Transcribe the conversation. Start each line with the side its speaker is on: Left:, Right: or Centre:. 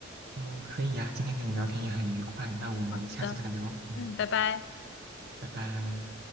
Right: 嗯，可以呀，今天跟你聊天也很愉快，那我们下次再聊。
Left: 好的。
Right: 嗯，
Left: 嗯，拜拜。
Right: 拜拜。